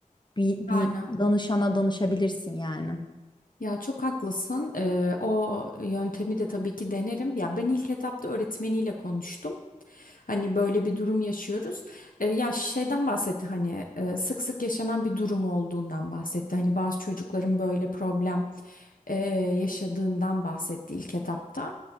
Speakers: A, on the left; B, on the left.
A: bir, bir
B: Aynen.
A: danışana danışabilirsin yani.
B: Ya çok haklısın. Ee, o yöntemi de tabii ki denerim. Ya ben ilk etapta öğretmeniyle konuştum. Hani böyle bir durum yaşıyoruz. Ee, ya şeyden bahsetti hani e, sık sık yaşanan bir durum olduğundan bahsetti. Hani bazı çocukların böyle problem e, yaşadığından bahsetti ilk etapta.